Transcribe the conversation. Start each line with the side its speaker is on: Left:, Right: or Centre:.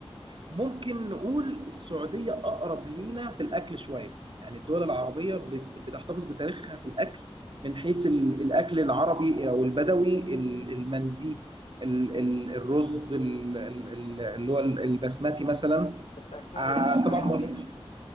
Right: ممكن نقول السعودية أقرب لينا في الأكل شوية يعني الدول العربية بت- بتحتفظ بتاريخها في الأكل من حيث ال- الأكل العربي أو البدوي ال- المندي ال- ال- الرز ال- ال- ال- اللي هو ال- البسماتي مثلا
Left: بس أكلهم
Right: ع-
Left: غالي شوية
Right: طبعا
Left: علينا
Right: ب-